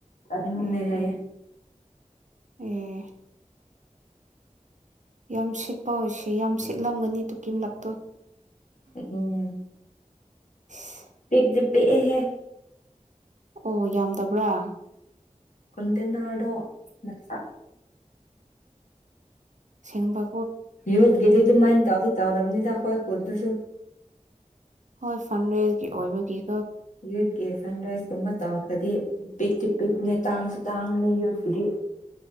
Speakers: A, on the left (about 70°); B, on the right (about 65°).
A: ꯑꯗꯏꯡ
B: ꯑꯦ
A: ꯂꯩ ꯍꯥꯏꯑꯌꯦ
B: ꯑꯦ ꯑꯦ ꯌꯥꯝ ꯁꯤꯠꯄ ꯑꯣꯏꯁꯦ ꯌꯥꯝ ꯁꯤꯠꯂꯝꯒꯅꯤ ꯇꯨꯀꯤꯝꯂꯛꯇꯣ
A: ꯑꯣꯝ
B: <inaudible>
A: ꯄꯤꯛꯗꯤ ꯄꯤꯛ ꯑꯦꯍꯦ!
B: ꯑꯣ ꯌꯥꯝꯗꯕ꯭ꯔꯥ?
A: ꯀꯣꯟꯇꯦꯅꯔꯗꯣ <unintelligible>
B: ꯁꯦꯡꯕ
A: ꯌꯣꯠꯀꯤꯗꯤ ꯑꯗꯨ ꯃꯥꯏ ꯇꯥꯎꯗꯤ ꯇꯥꯎꯗꯕꯅꯤ꯫ <unintelligible>
B: ꯍꯣꯏ ꯐꯟꯔꯦꯖꯒꯤ ꯑꯣꯏꯕꯒꯤ
A: ꯌꯨꯠꯀꯤ ꯐꯟꯔꯦꯁꯀꯨꯝꯕ ꯇꯧ <unintelligible> ꯄꯤꯛꯇꯤ - ꯄꯤꯛꯄꯅꯦ
B: ꯎꯝ
A: ꯇꯥꯡꯁꯨ - ꯇꯥꯡ <unintelligible>